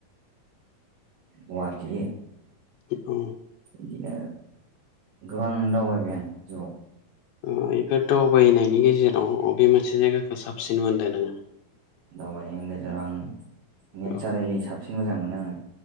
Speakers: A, on the right; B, on the left.
A: गवाटि
B: औ
A: बिदिनो गोबां दावबायबाय आं जिउआव
B: ओ बेफोर दावबायनायनि गेजेराव अबे मोनसे जायगाखौ <unintelligible>
A: दावबायनायनि गेजेराव आं नेचारेलि
B: औ
A: साबसिन मोजां मोनो आङो